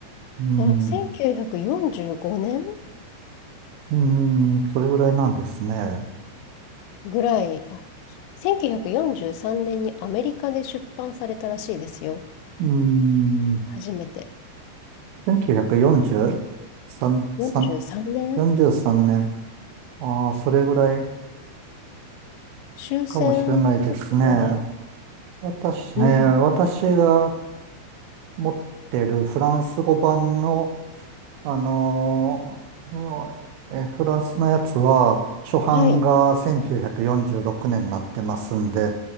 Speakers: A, on the right (about 85°); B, on the left (about 85°).
A: うん、
B: あ、1945年
A: うん、それぐらいなんですね。
B: ぐらい、あ、1943年にアメリカで出版されたらしいですよ。
A: うん、
B: 初めて。
A: 1943、3
B: 43年
A: 43年。ああ、それぐらい
B: 終戦ちょっと前
A: かもしれないですね。私、えー私が
B: うん。
A: 持ってるフランス語版の、あのーえフランスのやつは、初版が1946年になってますんで、
B: はい。